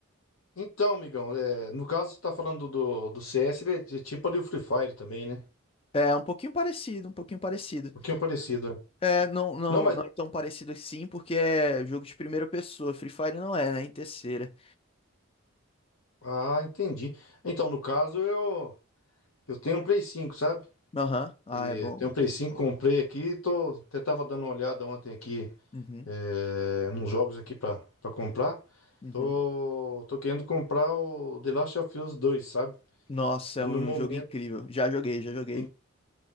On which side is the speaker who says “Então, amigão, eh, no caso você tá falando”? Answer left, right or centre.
Left